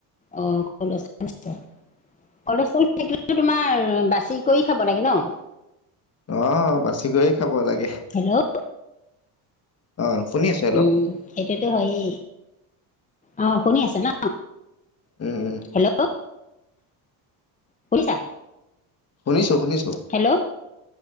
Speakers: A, on the left; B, on the left.
A: অ', <unintelligible> কলেষ্ট্ৰল থাকিলেটো তোমাৰ বাচি কৰি খাব লাগে ন'!
B: অ', বাচি কৰি খাব লাগে।
A: হেল্ল'!
B: অ', শুনি আছোঁ।
A: উম, সেইটোতো হয়য়ে। অ', শুনি আছে ন'!
B: উম, উম।
A: হেল্ল'! শুনিছা?
B: শুনিছোঁ, শুনিছোঁ।
A: হেল্ল'!